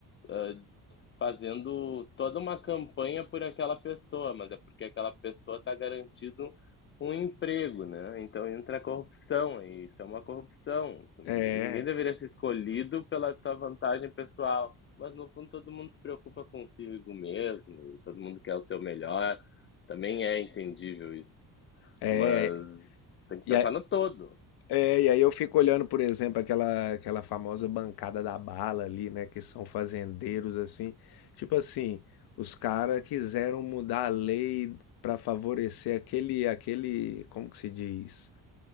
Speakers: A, on the left; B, on the left.
A: ah, fazendo toda uma campanha por aquela pessoa, mas é porque aquela pessoa está garantido um emprego, né? Então entra a corrupção aí, isso é uma corrupção. Isso não-
B: É,
A: ninguém deveria ser escolhido pela tua vantagem pessoal. Mas no fundo todo mundo se preocupa consigo mesmo e todo mundo quer o seu melhor. Também é entendível isso.
B: é.
A: Mas tem que
B: E,
A: pensar
B: a-
A: no todo.
B: É, e aí eu fico olhando, por exemplo, aquela, aquela famosa bancada da bala ali, né? Que são fazendeiros, assim. Tipo assim, os caras quiseram mudar a lei para favorecer aquele, aquele, como que se diz?